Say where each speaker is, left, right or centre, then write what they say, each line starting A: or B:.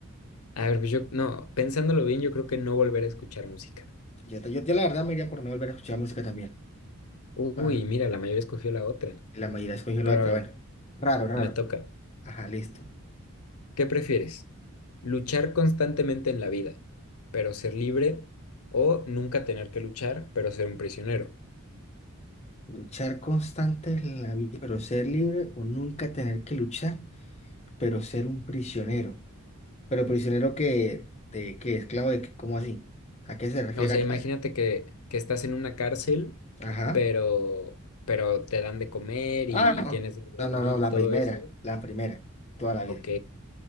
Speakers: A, on the left; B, on the left.
A: A ver, pues yo, no, pensándolo bien, yo creo que no volver a escuchar música.
B: Yo, yo, la verdad me iría por no volver a escuchar música también.
A: Uy,
B: Ajá.
A: mira, la mayoría escogió la otra.
B: La mayoría escogió la
A: Pero
B: otra.
A: a ver,
B: Bueno, raro, raro.
A: me toca.
B: Ajá, listo.
A: ¿Qué prefieres? ¿Luchar constantemente en la vida, pero ser libre? ¿O nunca tener que luchar, pero ser un prisionero?
B: Luchar constante en la vida, pero ser libre o nunca tener que luchar, pero ser un prisionero. Pero prisionero que, de qué, esclavo de qué, ¿cómo así? ¿A qué se refiere?
A: O sea,
B: ¿A-
A: imagínate que, que estás en una cárcel,
B: a- Ajá.
A: pero, pero te dan de comer
B: Ah,
A: y,
B: no.
A: y tienes de dormir
B: No, no, no, la
A: y todo
B: primera,
A: eso.
B: la primera, toda la vida.
A: Ok,